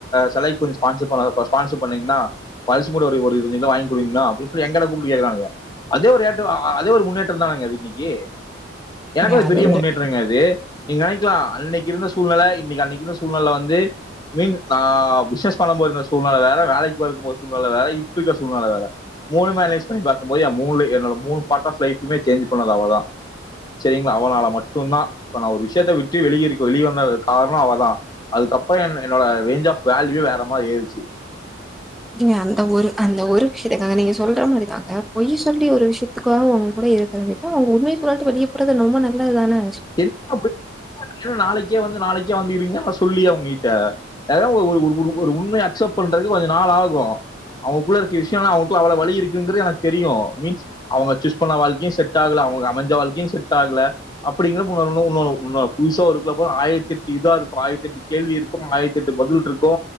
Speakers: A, on the left; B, in the centre.
A: செலை கொஞ்சோ ஸ்பான்ஷர் பண்ணாத ஸ்பான்ஷர் பண்ணீங்ண்ணா இப்ப அரிசி மூட்ட ஒரு ஒரு இருவத்தஞ்சு கிலோ வாங்கிக் குடுங்கண்ணா அப்டின்னு சொல்லி எங்கிட்ட கூப்புட்டு கேக்கறானுங்க அதே ஒரு ஏற்றம் அதே ஒரு முன்னேற்றம் தானங்க அது இன்னைக்கி எனக்குல
B: ஏங்க
A: அது பெரிய
B: ஒரு
A: முன்னேற்றங்க அது து நீங்க நெனைக்கலா அன்னைக்கி இருந்த சூழ்நெல இன்னைக்கி அன்னைக்கி இருந்த சூழ்நெல வந்து மீன்ஸ் நா பிஸ்னஸ் பண்ணும்போது இருந்த சூழ்நெல வேற வேலைக்கி போறதுக்கும்போது இருந்த சூழ்நெல வேற இப்ப இருக்கிற சூழ்நெல வேற மூணுமே அனலைஸ் பண்ணி பாக்கும் போது என் மூண்லயு என்னோட மூணு பார்ட் ஆஃப் லைஃப்மே சேஞ்ச் பண்ணது அவதா சேரிங்களா, அவளால மட்டுந்தா இப்ப நா ஒரு விஷ்யத்த விட்டு வெளியேறி வெளிய வந்ததுக்கு காரணம் அவதா அதுக்கப்பறோ என் என்னோட ரேஞ்ச் ஆஃப் வேல்யூவே வேற மாரி ஏறுச்சு
B: நீங்க அந்த ஒரு அந்த ஒரு விஷயத்துக்காக நீங்க சொல்ற மாரிதாங்க பொய் சொல்லி ஒரு விஷயத்துக்காக கூட இருக்கறதுக்கு அவுங்க உண்மய சொல்ட்டு வெளிய போறது ரொம்ப நல்லதுதான
A: எல்லா அப்டியே நாளைக்கே வந்து நாளைக்கே வந்து இருங்க நா சொல்லி அவங்ககிட்ட ஏன்னா ஒரு ஒரு ஒரு ஒரு உண்மைய அக்சப்ட் பண்றதுக்கு கொஞ்ச நாள் ஆகு அவங்க குள்ள இருக்க விஷயோ எல்லா அவங்க குள்ள அவ்ளோ வலி இருக்குங்கிறது எனக்கு தெரியு மீன்ஸ் அவுங்க சூஸ் பண்ண வாழ்க்கையு செட் ஆகல அவுங்களுக்கு அமஞ்ச வாழ்க்கையு செட் ஆகல அப் அப்டிங்கிறப்ப இன்னோரு ஒன்னு இன்னோரு இன்னோரு புதுசா ஒரு இதுக்குள்ள போனா ஆயிரத்தெட்டு இதா இருக்கு ஆயிரத்தெட்டு கேள்வி இருக்கு ஆயிரத்தெட்டு பதில் இருக்கு